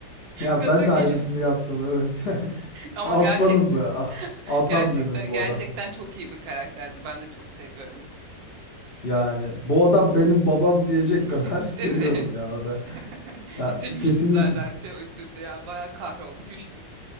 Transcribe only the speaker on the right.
gaza
geliyor.
Ama
gerçekten
<laughs>
gerçekten
gerçekten
çok iyi bir karakterdi. Ben de çok seviyorum.
<laughs>
Değil mi?
<laughs>
Üzülmüştüm
zaten şey öldüğünde ya bayağı kahrolmuştum.